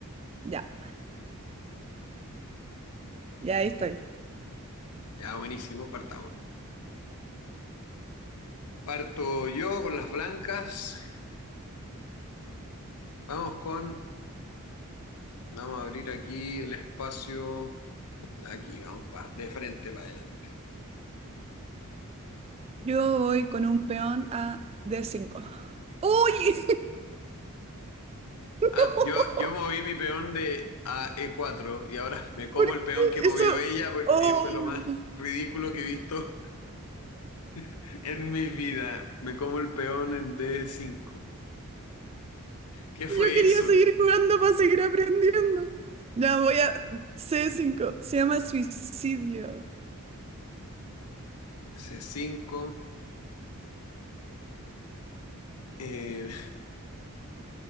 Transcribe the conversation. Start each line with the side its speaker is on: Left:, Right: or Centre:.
Right: Ya, ya ahí estoy.
Left: Ya, buenísimo, partamos. Parto yo con las blancas. Vamos con... Vamos a abrir aquí el espacio. Aquí, vamos, pa- de frente para adelante.
Right: Yo voy con un peón a D5. ¡Uy! <laughs>
Left: Ah, yo, yo moví mi peón de a E4 y ahora me como
Right: ¿Por qué
Left: el peón que movió
Right: eso?
Left: ella porque
Right: ¡Oh!
Left: fue lo
Right: <laughs>
Left: más ridículo que he visto <laughs> en mi vida. Me como el peón en d cinco. ¿Qué fue
Right: Yo quería
Left: eso?
Right: seguir jugando para seguir aprendiendo. Ya voy a C5. Se llama suicidio.
Left: C5. eh,